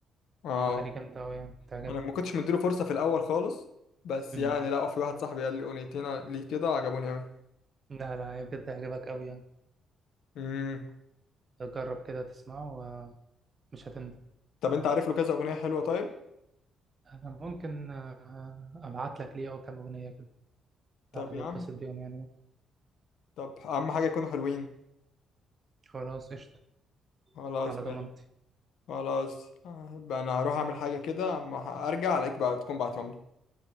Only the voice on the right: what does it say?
أغاني جامدة أوي يعني هتعجبك
مم.
لا لا هي بجد هيعجبك أوي يعني
جرب كده تسمعه ومش هتندم
أنا ممكن آه، أبعت لك ليه أو كام أغنية كده
هتتبسط
بيهم يعني
خلاص قشطة
على
ضمانتي